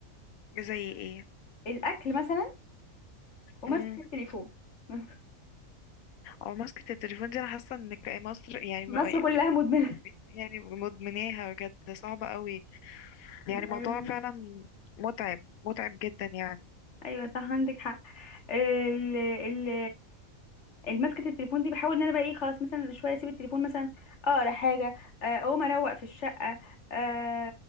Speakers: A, on the left (about 80°); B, on the left (about 55°).
A: زي ايه
B: الاكل مثلا ومسكه
A: امم
B: التليفون <laughs>
A: او مسكة التليفون دي انا حاسة ان ك- مصر يعني م-
B: مصر كلها مدمنه
A: يعني مدمناها بجد صعبة قوي يعني موضوع
B: ايوه
A: فعلا متعب متعب جدا يعني
B: أيوة صح عندك حق ال ال المسكة التليفون دي بحاول ان انا بقى ايه خلاص مثلا شويه اسيب التليفون مثلا اقرا حاجه آه، اقوم اروق في الشقه آه،